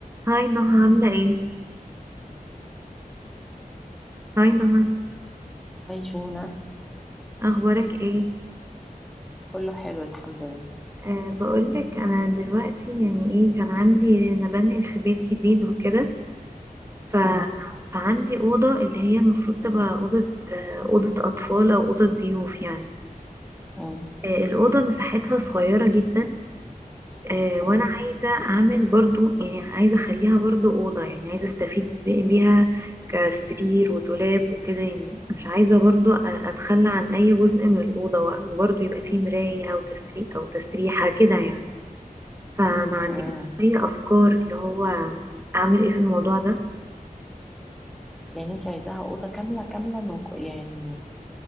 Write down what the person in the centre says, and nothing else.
عايشونة
كله حلو الحمد لله
مم.
مم.
مم.
مم.
يعني انت عايزاها أوضة كاملة كاملة من كو يعني